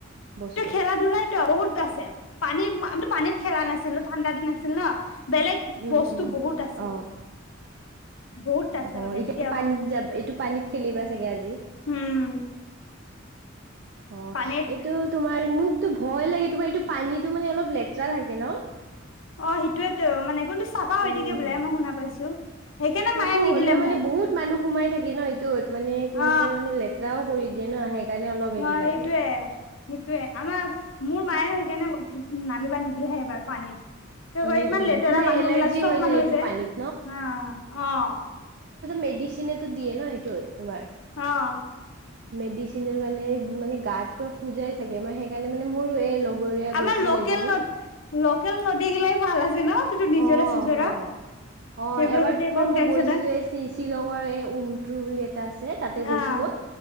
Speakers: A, on the right; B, on the left.
A: বস্তু
B: খেলা ধূলাই তো বহুত আছে পানীত পানীত খেলা নাছিলো ঠাণ্ডা দিন আছিল ন বেলেগ
A: উম
B: বস্তু
A: উম
B: বহুত আছিল
A: অ
B: বহুত
A: অ
B: আছে মানে
A: এতিয়া
B: এতিয়াও
A: পানীত যাব এইটো পানীত খেলিবা চাগে আজি
B: উম
A: অ
B: পানীত
A: এইটো তোমাৰ মোক টো ভয় লাগে তোমাৰ এইটো পানীতটো মানে অলপ লেতেৰা থাকে ন
B: অ সেইটোয়েতো মানে কোন চাফা হৈ
A: উম
B: থাকে বোলে মই শুনা পাইছো সেইকাৰণে
A: চাফা
B: মায়ে নিদিলে
A: হলেও মানে
B: মোক
A: বহুত মানুহ সোমাই থাকি ন এইটোত মানে কোনোবাই
B: অ
A: মানে লেতেৰাও কৰি দিয়ে ন সেইকাৰণে অলপ সেইটো
B: অ
A: লাগে
B: সেইটোয়ে সেইটোয়ে আমাৰ মোৰ মায়ে সেইকাৰণে উঠি নামিবা নিদিলেহে এবাৰ পানী কি
A: উম
B: কয় ইমান
A: উম
B: লেতেৰা
A: তোমাৰ
B: মানুহ
A: এলাৰ্জি
B: বিিলাক চব
A: হৈ যায়
B: মানুহে
A: এইটো
B: যে
A: পানীত
B: অ অ
A: মেডিচিননে তো দিয়ে ন এইটো তোমাৰ
B: অ
A: মেডিচিন কাৰণে মানে গাত প শুজাই চাগে মই সেইকাৰণে মানে মোৰ দুগৰীয়া
B: আমাৰ
A: গৈছিল
B: লোকেল
A: এজনী
B: নদ লোকেল নদী গিলাই ভাল আছে ন সটো নিজৰা
A: অ
B: চজৰা
A: হয়
B: সেইবোৰ
A: অ এবাৰ তোমাৰ
B: এক
A: মই
B: নন
A: গৈছিলো
B: নাই
A: এই শ্বিল শ্বিলঙৰ এই উমটু বুলি এটা আছে তাতে গৈছিলো
B: আহ